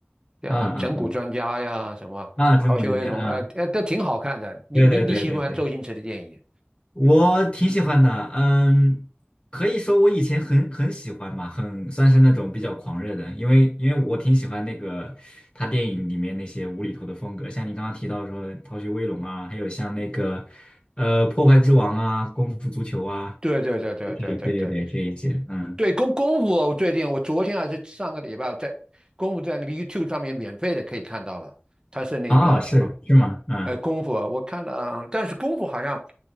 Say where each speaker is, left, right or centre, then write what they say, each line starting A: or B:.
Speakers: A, on the right; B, on the left.
A: 像《整蛊专家》呀，
B: 嗯嗯嗯
A: 什么《逃学威龙》，
B: 啊，中国专家啊，
A: 呃呃，都挺好看的。你你你喜不喜欢周星驰的电影？
B: 对对对对对。我挺喜欢的，嗯，可以说我以前很很喜欢吧，很算是那种比较狂热的，因为因为我挺喜欢那个他电影里面那些无厘头的风格，像你刚刚提到说《逃学威龙》啊，还有像那个呃《破坏之王》啊，《功夫足球》啊，
A: 对对对对对对对。
B: 对对对对，这一些，嗯，
A: 对，功功夫，我最近我昨天还是上个礼拜我在功夫在那个 YouTube 上面免费的可以看到了，他是那个
B: 啊，是是吗？嗯。
A: 呃功夫，我看了啊，但是功夫好像